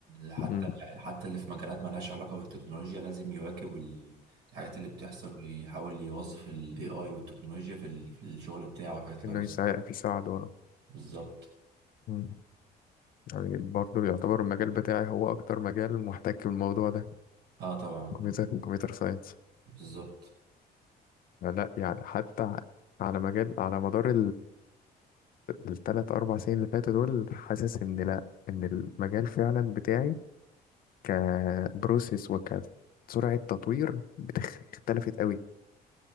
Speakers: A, on the right (about 80°); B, on the left (about 55°).
A: حتى
B: مم.
A: حتى اللي في مجالات مالهاش علاقة بالتكنولوجيا لازم يواكب ال- الحاجات اللي بتحصل ويحاول يوظف ال AI والتكنولوجيا في ال- في الشغل بتاعه والحاجات اللي
B: انه
A: هو بيس-
B: يساعد يساعد ورا
A: بالظبط
B: مم. يعني برضه يعتبر المجال بتاعي هو اكتر مجال محتك بالموضوع ده
A: اه طبعا
B: كمبيوتر كمبيوتر ساينس
A: بالظبط
B: لا يعني حتى على مجال على مدار الثلاث أربع سنين اللي فاتوا دول حاسس إن لأ إن المجال فعلا بتاعي كبروسيس وكسرعة تطوير بتخ- اختلفت قوي